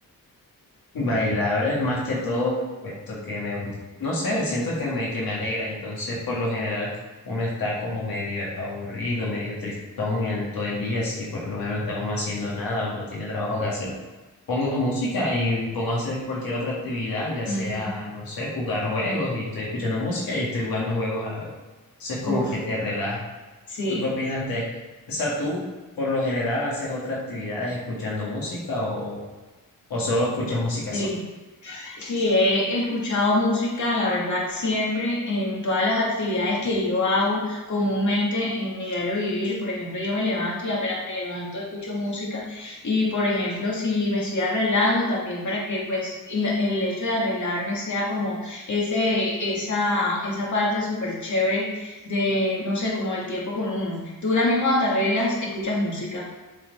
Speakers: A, on the left; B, on the left.
A: Bailables más que todo, puesto que me gusta, no sé, siento que me, que me alegra, entonces por lo general uno está como medio aburrido, medio tristón el, todo el día, si por lo menos no está uno haciendo nada o no tiene trabajo que hacer. Pongo música y pongo a hacer cualquier otra actividad, ya sea,
B: Ujú.
A: no sé, jugar juegos y estoy escuchando música y estoy jugando juegos a la vez. Entonces como
B: Uf,
A: que te relaja.
B: sí,
A: ¿Tú qué opinas de, o sea, tú por lo general haces otras actividades escuchando música o, o solo escuchas música
B: sí.
A: sola?
B: Sí, he escuchado música, la verdad, siempre en todas las actividades que yo hago comúnmente en mi diario vivir. Por ejemplo, yo me levanto y apenas me levanto escucho música. Y por ejemplo, si me estoy arreglando también para que pues y la- el hecho de arreglarme sea como ese, esa, esa parte súper chévere de, no sé, como el tiempo con uno. Tú también cuando te arreglas escuchas música.